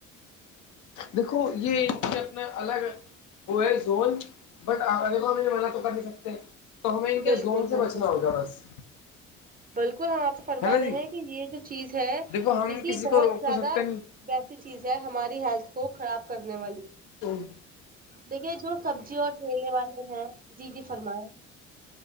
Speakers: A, on the left; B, on the right.
A: دیکھو یہ ان یہ اپنا الگ وہ ہے زون بٹ مے منع تو کر نہیں سکتے تو ہمیں ان کے
B: بالکل
A: زون سے
B: بالکل
A: بچنا ہوگا بس
B: بالکل ہم آپ فرما
A: ہے نا
B: رہے
A: جی
B: ہیں کہ یہ جو چیز ہے
A: دیکھو ہم
B: دیکھی
A: کسی
B: بہت
A: کو روک
B: زیادہ
A: تو سکتے نہیں
B: ویسی چیز ہے ہماری ہیلتھ کو خراب کرنے والی
A: ہوں
B: دیکھیے جو سبزی اور ٹھیلے والے ہیں جی جی فرمایں